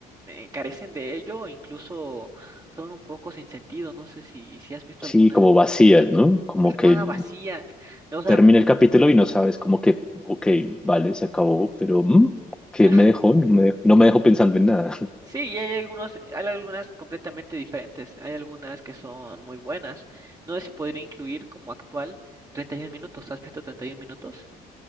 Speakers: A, on the right (about 20°); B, in the centre.
A: eh, carecen de ello o incluso son un poco sin sentido. No sé si, si has visto
B: sí,
A: alguna.
B: como vacías, ¿no? Como que
A: Ah, vacías. No, o sea,
B: termina el capítulo y no sabes como que, ok, vale, se acabó, pero mm, ¿qué
A: <laughs>
B: me dejó? No me dejó, no me dejó pensando en nada.
A: Sí, y hay algunos, hay algunas completamente diferentes, hay algunas que son muy buenas. No sé si podría incluir como actual treinta y un minutos, ¿has visto treinta y un minutos?